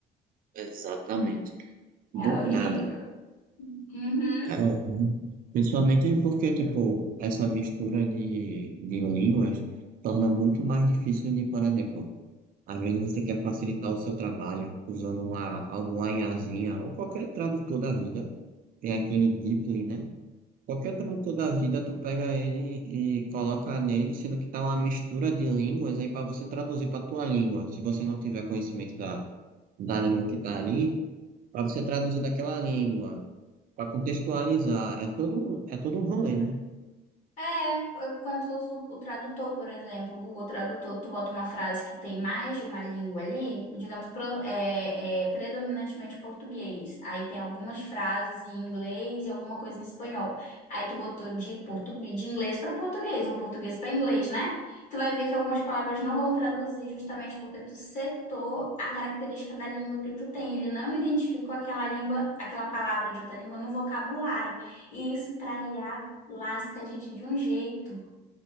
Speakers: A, on the right; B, on the left.
A: exatamente. Do
B: É horrível.
A: nada,
B: Uhum.
A: cara. Uhum. Principalmente porque, tipo, essa mistura de, de línguas torna muito mais difícil de, por exemplo, Às vezes você quer facilitar o seu trabalho usando uma, alguma IAzinha ou qualquer tradutor da vida. Tem aquele DeepL, né? Qualquer tradutor da vida, tu pega ele e coloca nele, sendo que tá uma mistura de línguas aí para você traduzir para tua língua. Se você não tiver conhecimento da, da língua que tá ali, para você traduzir daquela língua, para contextualizar, é todo, um, é todo um rolê, né?
B: É, é, quando tu usa o o tradutor, por exemplo, o Google Tradutor, tu bota uma frase que tem mais de uma língua ali, digamos, pro- é, é, predominantemente português. Aí tem algumas frases em inglês e alguma coisa em espanhol. Aí tu botou de português, de inglês para português, ou português para inglês, né? Tu vai ver que algumas palavras não vão traduzir justamente porque tu setou a característica da língua que tu tem. Ele não identificou aquela língua, aquela palavra de outra língua no vocabulário. E isso para IA lasca a gente de um jeito,